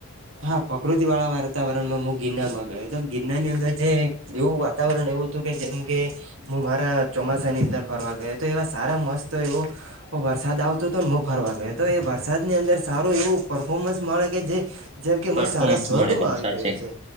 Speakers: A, on the right (about 65°); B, on the right (about 30°).
A: હા પ્રકૃતિ વાળા વાતાવરણમાં હું ગિરનાર માં ગયોતો. ગિરનાર ની અંદર જે એવું વાતાવરણ એવું હતું કે જેમ કે હું મારા ચોમાસા ની અંદર ફરવા ગયો તો એવા સારા મસ્ત એવો વરસાદ આવતો હતોને હું ફરવા ગયો તો એ વરસાદની અંદર સારું એવું પરર્ફોર્મન્સ મળે કે જે જેમ કે હું
B: પરફોર્મન્સ
A: સારા સ્વર્ગમાં
B: મળે વાત
A: આવી
B: સાચી
A: ગયો છું